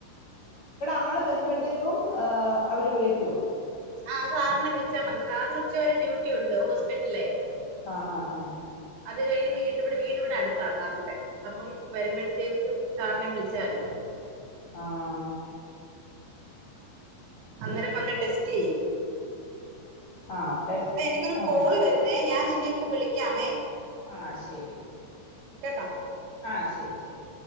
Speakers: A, on the left; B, on the right.
A: ഞങ്ങൾ വരുമ്പോഴത്തേക്കും അവര് വിളി
B: ആഹ് സാറിനെ വിളിച്ചാ മതി സാറിന് ഉച്ച വരെ ഡ്യൂട്ടി ഉണ്ട് ഹോസ്പിറ്റലിലെ
A: ആഹ് ആഹ് അഹ്
B: അത് കഴിഞ് വീണ്ട്ടെ വീടിവിടെ അടുത്താ സാറിൻ്റെ അപ്പം വരുമ്പോഴത്തേക്ക് സാറിനെ വിളിച്ചാല്
A: ആഹ്
B: അന്നേരം വന്ന് ടെസ്റ്റ് ചെയ്യും
A: ആ ടെസ്റ്റ്
B: എടാ എനിക്കൊരു
A: ആ
B: കോള് വരുന്നേ ഞാൻ നിന്നയിപ്പ വിളിക്കാമേ
A: ആഹ് ശരി
B: കേട്ടാ
A: ആഹ് ശരി ശരി